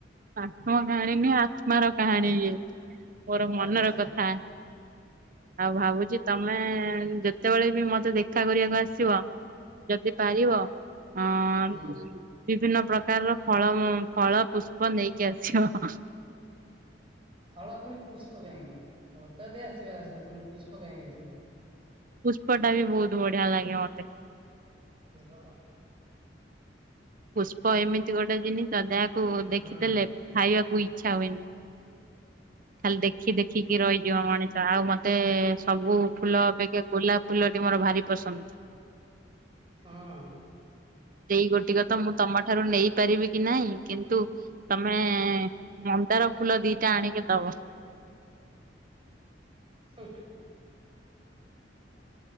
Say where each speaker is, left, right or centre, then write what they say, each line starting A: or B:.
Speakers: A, on the right; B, on the right.
A: ଆତ୍ମକାହାଣୀ ନୁହଁ ଆତ୍ମାର କାହାଣୀ ଇଏ। ମୋର ମନର
B: ଆଚ୍ଛା
A: କଥା। ଆଉ ଭାବୁଛି ତମେ ଯେତେବେଳେ ବି ମତେ ଦେଖ ଦେଖା କରିବାକୁ ଆସିବ, ଯଦି ପାରିବ ଅଁ
B: ହୁଁ
A: ବିଭିନ୍ନ ପ୍ରକାରର ଫଳ ମୂ ଫଳ ପୁଷ୍ପ ନେଇକି ଆସିବ।
B: ଫଳ ପୁଣି ଫୁଷ୍ପ କାହିଁକି ଫଳ ତ ଦି ଆସିବ ଆସିବ ପୁଣି ପୁଷ୍ପ କାହିଁକି ଆସିବ?
A: ପୁଷ୍ପଟା ବି ବହୁତ ବଢିଆ ଲାଗେ ମତେ।
B: ରେବ
A: ପୁଷ୍ପ ଏମିତି ଗୋଟେ ଜିନିଷ ଯାହାକୁ ଦେଖିଦେଲେ
B: ହୁଁ ହୁଁ।
A: ଖାଇବାକୁ ଇଚ୍ଛା ହୁଏନି। ଖାଲି ଦେଖି ଦେଖିକି ରହିଯିବ ମଣିଷ ଆଉ ମତେ ସବୁ ଫୁଲ ଅପେକ୍ଷା ଗୋଲାପ ଫୁଲଟି ମୋର ଭାରି ପସନ୍ଦ।
B: ହଁ।
A: ସେଇ ଗୋଟିକ ତ ମୁଁ ତମ ଠାରୁ ନେଇପାରିବି କି ନାହିଁ କିନ୍ତୁ ତମେ ମନ୍ଦର ଫୁଲ ଦିଟା ଆଣିକି ଦବ।
B: ହୁଁ।